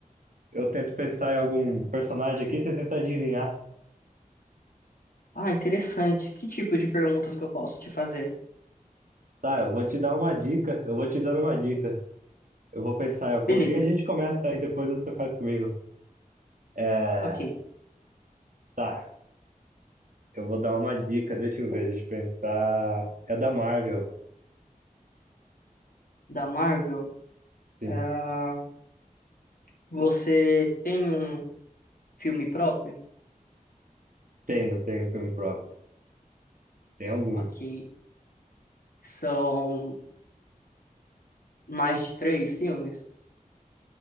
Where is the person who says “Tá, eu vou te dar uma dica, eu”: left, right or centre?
Right